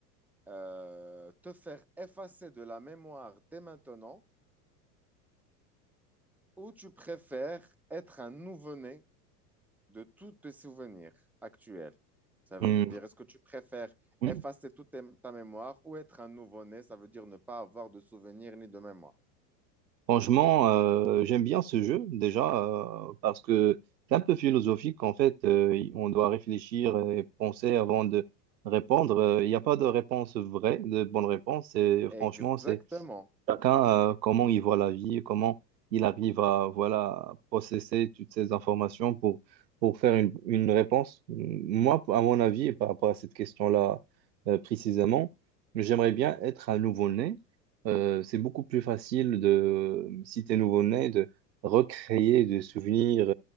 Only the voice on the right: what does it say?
Mhm.
Mhm.
Franchement, euh, j'aime bien ce jeu déjà euh, parce que c'est un peu philosophique en fait. euh, on doit réfléchir et penser avant de répondre. Euh, Il n'y a pas de réponse vraie, de bonne réponse. Et
franchement, c'est Chacun, euh, comment il voit la vie, comment il arrive à voilà, processer toutes ces informations pour, pour faire une, une réponse. Moi, à mon avis, et par rapport à cette question-là euh, précisément, j'aimerais bien être un nouveau-né. Euh, c'est beaucoup plus facile de, si tu es nouveau-né, de recréer des souvenirs